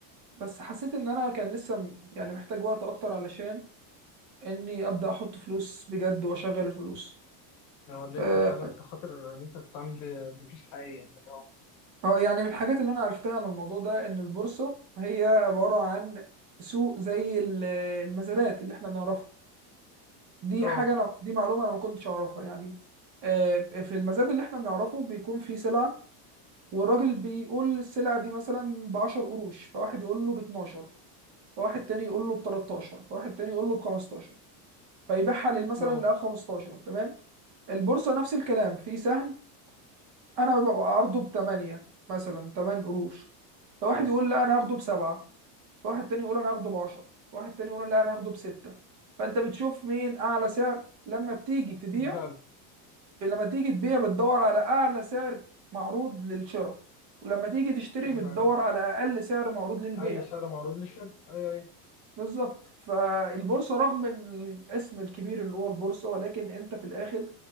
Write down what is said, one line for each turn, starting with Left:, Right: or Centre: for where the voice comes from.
Right: بس حسيت ان انا كان لسه م- يعني محتاج وقت اكتر علشان اني ابدأ احط فلوس بجد واشغل الفلوس
Left: لو اللي
Right: آه،
Left: انت فعلا انت خاطر اللي انت بتتعامل ب- بفلوس حقيقية انت اه
Right: اه يعني من الحاجات اللي انا عرفتها عن الموضوع ده ان البورصه هي عباره عن سوق زي ال- المزادات اللي احنا بنعرفها دي
Left: اه
Right: حاجه انا دي معلومه انا ما كنتش اعرفها يعني آه، في المزاد اللي احنا بنعرفه بيكون فيه سلعه والراجل بيقول السلعه دي مثلا ب 10 قروش فواحد يقول له ب 12 فواحد تاني يقول له ب 13 فواحد تاني يقول له ب 15 فيبيعها لل- مثلا
Left: اه
Right: ل 15 تمام البورصه نفس الكلام في سهم انا ببقى عرضه ب 8 مثلا 8 قروش فواحد يقول لا انا هاخده بسبعة واحد تاني يقول انا هاخده ب 10 واحد تاني يقول لا انا هاخده بستة فانت بتشوف مين اعلى سعر لما بتيجي تبيع
Left: بالدعم
Right: لما تيجي تبيع بتدور على اعلى سعر معروض للشراء ولما تيجي تشتري
Left: ايوه
Right: بتدور
Left: ايوه
Right: على اقل سعر معروض للبيع
Left: اقل سعر معروض للشركة ايوه ايوه
Right: بالظبط فالبورصة رغم الاسم الكبير اللي هو البورصة ولكن انت في الاخر